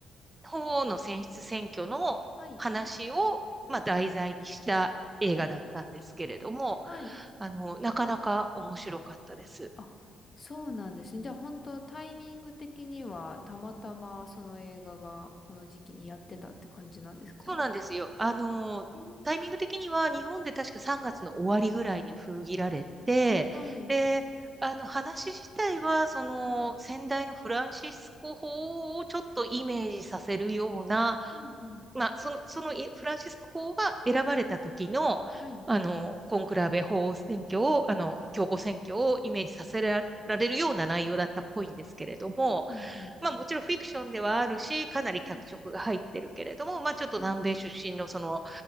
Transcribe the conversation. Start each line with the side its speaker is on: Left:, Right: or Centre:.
Right: 法皇の選出選挙の話を、
Left: はい。うん、
Right: まあ、題材にした映画だったんですけれども、
Left: うん。お、はい。
Right: あの、なかなか面白かったです。
Left: あ、そうなんですね。じゃあ本当タイミング的にはたまたまその映画がこの時期にやってたって感じなんですか
Right: そうなんですよ。あのー、
Left: へえ、
Right: タイミング的には日本で確か3月の終わりぐらいに封切られて、
Left: はい。
Right: で、あの話自体は、その先代のフランシスコ法をちょっとイメージさせるような、
Left: うん、うん、うん。
Right: まあ、その、そのいフランシスコ法が選ばれた時の、
Left: はい。
Right: あの、コンクラーベ法選挙を、あの、教皇選挙をイメージさせられるような内容だったっぽいんですけれども、
Left: うん、うん、うん。
Right: まあもちろんフィクションではあるし、かなり脚色が入ってるけれども、
Left: はい、
Right: まあちょっと南米出身のその
Left: はい、